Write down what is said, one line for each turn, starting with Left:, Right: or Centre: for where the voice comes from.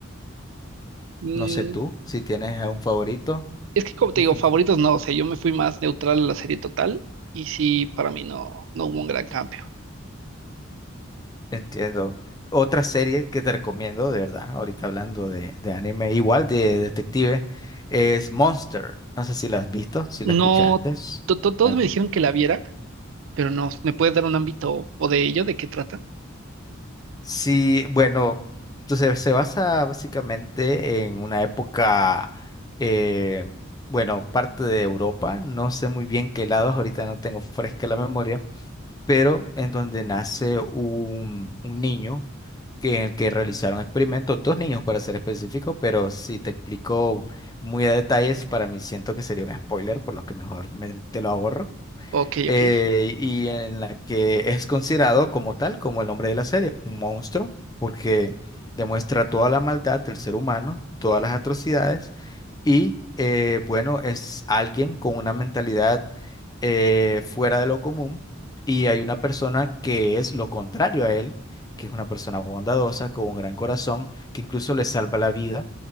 Right: Mm,
Left: No sé tú si tienes a un favorito.
Right: Es que como
Left: <laughs>
Right: te
Left: Ujú.
Right: digo, favoritos no, o sea, yo me fui más neutral a la serie total y sí, para mí no, no hubo un gran cambio.
Left: Entiendo. Otra serie que te recomiendo, de verdad, ahorita hablando de, de anime, igual de detective, es Monster. No sé si la has visto, si
Right: No,
Left: la escuchaste.
Right: to- to- todos
Left: Algo.
Right: me dijeron que la viera, pero no, ¿me puedes dar un ámbito o de ello, de qué trata?
Left: Sí, bueno, entonces se basa básicamente en una época, eh, bueno, parte de Europa, no sé muy bien qué lados, ahorita no tengo fresca la memoria, pero en donde nace un, un niño que, en el que realizaron experimentos, dos niños para ser específico, pero si te explico muy a detalles, para mí siento que sería un spoiler, por lo que mejor me- te lo ahorro
Right: Ok,
Left: eh,
Right: ok.
Left: y en la que es considerado como tal, como el nombre de la serie, un monstruo, porque demuestra toda la maldad del ser humano, todas las atrocidades, y eh, bueno, es alguien con una mentalidad eh, fuera de lo común, y hay una persona que es lo contrario a él, que es una persona bondadosa, con un gran corazón, que incluso le salva la vida,